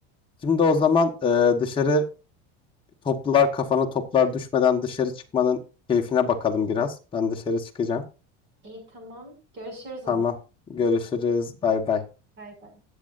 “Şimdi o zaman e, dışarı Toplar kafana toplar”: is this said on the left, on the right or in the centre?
Left